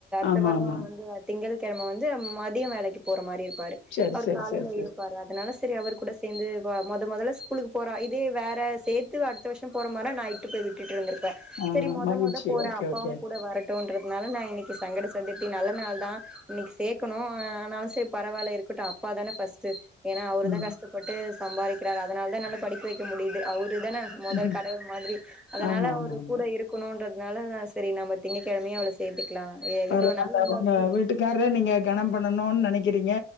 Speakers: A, on the left (about 65°); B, in the centre.
A: ஆமா
B: அ வாரோ
A: ஆமா
B: வந்து திங்கள்கிழம வந்து மதியம் வேலைக்கு போற மாரி இருப்பாரு
A: சரி
B: அவர்
A: சரி
B: காலைல
A: சரி சரி
B: இருப்பாரு அதனால சேரி அவர் கூட சேந்து மொத மொதல்ல ஸ்கூலுக்கு போற இதே வேற சேத்து அடுத்த வருஷோ போற மாரினா நா இட்டு போய் விட்டு வந்துருப்ப
A: ஆ
B: சேரி மொத
A: மகிழ்ச்சி
B: மொத போற
A: ஓகே
B: அப்பாவு
A: ஓகே
B: கூட வரட்டுன்றதுனால நா இன்னைக்கு சங்கட சதுர்த்தி நல்ல நாள் தா இன்னைக்கு சேக்கணு ஆனாலு சேரி பரவால இருக்கட்டு அப்பாதான ஃபஸ்ட்டு ஏன்னா அவரு
A: ம்
B: தா கஷ்டப்பட்டு சம்பாதிக்கிறாரு அதனால தா நல்லா படிக்க வைக்க முடியுது அவரு தான மொதல்
A: ம்
B: கடவுள் மாதிரி அதனால
A: ஆமா ஆமா
B: அவரு
A: ஆமா
B: கூட இரு இருக்குணுன்றதுனாலா சேரி நம்ம திங்ககிழமையே அவள சேத்துக்கலா
A: பரவாலங்க
B: இவ்ளோ நாள் வந்தாச்சு
A: உங்க வீட் டுக்கார நீங்க கனம் பண்ணணுனு நெனைக்கிறீங்க